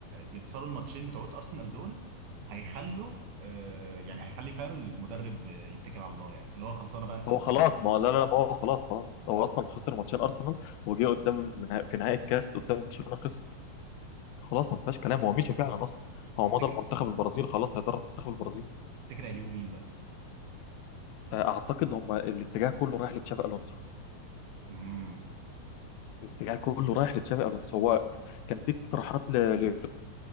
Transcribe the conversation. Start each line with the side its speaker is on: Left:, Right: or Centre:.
Right: يخسروا الماتشين بتوعت ارسنال دول هيخلوا آه، يعني هيخلي فاهم المدرب يتكل على الله يعني اللي هو خلصانه بقى انت
Left: هو
Right: مدرب.
Left: خلاص ما هو- لا لا لا، ما هو خلاص خلاص
Right: بس
Left: هو اصلا خسر ماتشين ارسنال وجه قدام نها- في نهائي الكاس قدام برشلونه خسر خلاص ما فيهاش كلام هو مشي فعلا اصلا
Right: بس
Left: هو
Right: تفتكر
Left: مضى المنتخب البرازيل خلاص هيدرب منتخب البرازيل
Right: تفتكر هيجيبوا مين بقى
Left: آه، اعتقد هم الاتجاه كله رايح لتشافي الونسو
Right: امم
Left: الاتجاه كله رايح لتشافي الونسو هو كان في اقتراحات ل-